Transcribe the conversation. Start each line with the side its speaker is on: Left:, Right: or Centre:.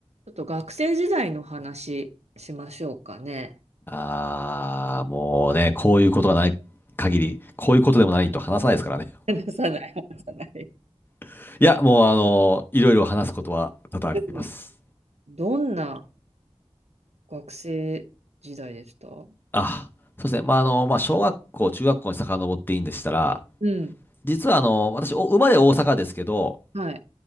Right: ちょっと学生時代の話しましょうかね。
Left: ああ、もうね、こういうことがない限り、こういうことでもないと話さないですからね。
Right: <laughs> 話さない、話さない。
Left: <laughs> いや、もうあの、いろいろ話すことは多々あります。
Right: うんどんな学生時代でした
Left: あ、そうですね。まあ、あの、まあ、小学校、中学校に遡っていいんでしたら、
Right: うん。
Left: 実はあの、私、お生まれ大阪ですけど、
Right: はい。